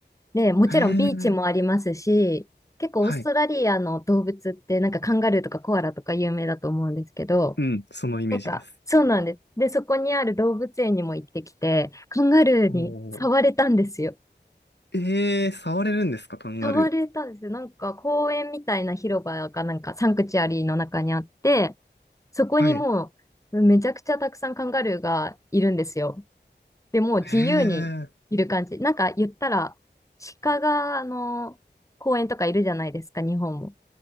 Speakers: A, on the left; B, on the left.
A: で、もちろんビーチもありますし、
B: へえ、
A: 結構オーストラリアの動物ってなんかカンガルーとかコアラとか有名だと思うんですけど、
B: はい。うん、そのイメージです。
A: なんか、そうなんです。で、そこにある動物園にも行ってきて、カンガルーに触れたんですよ。
B: おお。ええー、触れるんですか、カンガル
A: 触れたんですよ。なんか公園みたいな広場がなんかサンクチュアリーの中にあって、そこにもうめちゃくちゃたくさんカンガルーがいるんですよ。
B: ー。はい。
A: で、もう自由にいる感じ。
B: へえ。
A: なんか言ったら、鹿があの公園とかいるじゃないですか、日本も。